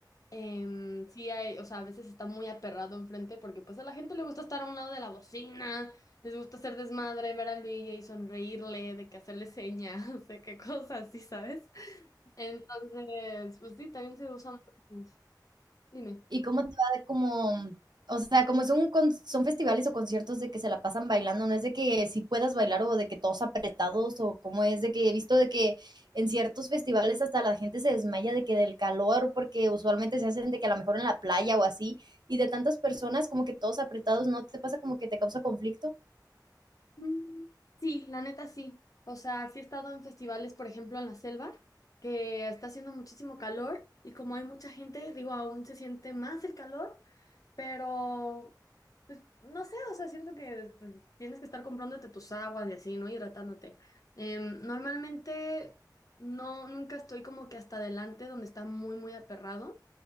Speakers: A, on the left; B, on the right.
A: Em, sí hay, o sea, a veces está muy aperrado enfrente porque pues a la gente le gusta estar a un lado de la bocina, les gusta hacer desmadre, ver al DJ, sonreírle, de que hacerle señas, <laughs> de qué cosas, sí, ¿sabes? Entonces, pues sí, también se usa mucho. Dime.
B: ¿Y cómo te va de como, o sea, como son, con- son festivales o conciertos de que se la pasan bailando, no es de que si puedas bailar o de que todos apretados o cómo es de que he visto de que en ciertos festivales hasta la gente se desmaya de que del calor, porque usualmente se hacen de que a lo mejor en la playa o así, y de tantas personas como que todos apretados, ¿no te pasa como que te causa conflicto?
A: Mm, Sí, la neta sí. O sea, sí he estado en festivales, por ejemplo, en la selva, que está haciendo muchísimo calor y como hay mucha gente, digo, aún se siente más el calor Pero, pues, no sé, o sea, siento que pues, tienes que estar comprándote tus aguas y así, ¿no? Hidratándote. Em, normalmente, no, nunca estoy como que hasta adelante donde está muy, muy aperrado.